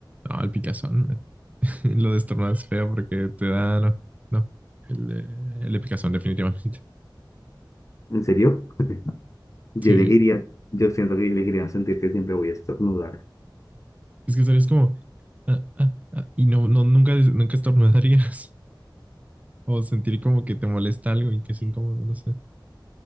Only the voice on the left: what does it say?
¿En serio? <laughs> Yo
elegiría, yo siento que yo elegiría sentir que siempre voy a estornudar.